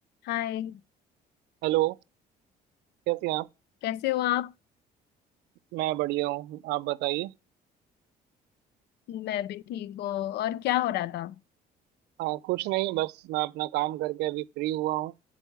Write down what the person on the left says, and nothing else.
हाय
कैसे हो आप
मैं भी ठीक हूँ और क्या हो रहा था